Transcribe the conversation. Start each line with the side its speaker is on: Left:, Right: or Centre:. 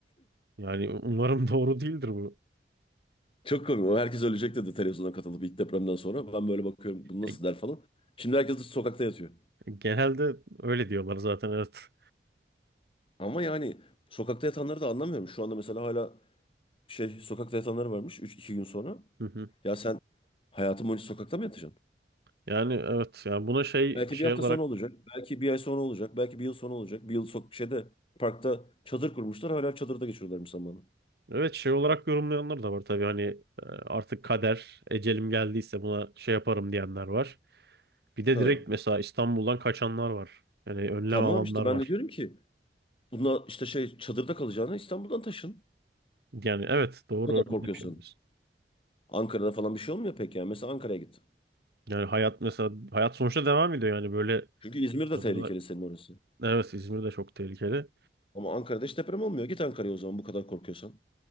Right: Yani umarım <laughs> doğru değildir bu.
Left: Çok komik. O herkes ölecek dedi televizyona katılıp ilk depremden sonra. Ben böyle bakıyorum bu nasıl
Right: E,
Left: der falan. Şimdi herkes de sokakta yatıyor.
Right: Genelde öyle diyorlar zaten evet.
Left: Ama yani sokakta yatanları da anlamıyorum. Şu anda mesela hala şey sokakta yatanları varmış 3-2 gün sonra.
Right: Hı hı.
Left: Ya sen hayatın boyunca sokakta mı yatacaksın?
Right: Yani evet yani buna şey
Left: Belki
Right: şey
Left: bir hafta
Right: olarak
Left: sonra olacak. Belki bir ay sonra olacak. Belki bir yıl sonra olacak. Bir yıl sok şeyde parkta çadır kurmuşlar. Hala çadırda geçiriyorlarmış zamanı.
Right: Evet şey olarak yorumlayanlar da var tabii hani e, artık kader, ecelim geldiyse buna şey yaparım diyenler var. Bir de
Left: Ha.
Right: direkt mesela İstanbul'dan kaçanlar var. Yani önlem
Left: Tamam
Right: alanlar
Left: işte ben
Right: var.
Left: de diyorum ki buna işte şey çadırda kalacağına İstanbul'dan taşın.
Right: Yani evet doğru
Left: Bu kadar
Right: öyle
Left: korkuyorsun.
Right: de bir şey yapıyoruz.
Left: Ankara'da falan bir şey olmuyor pek yani. Mesela Ankara'ya git.
Right: Yani hayat mesela hayat sonuçta devam ediyor yani böyle
Left: Çünkü İzmir
Right: çadırda
Left: de tehlikeli senin orası.
Right: evet İzmir de çok tehlikeli.
Left: Ama Ankara'da hiç deprem olmuyor. Git Ankara'ya o zaman bu kadar korkuyorsan.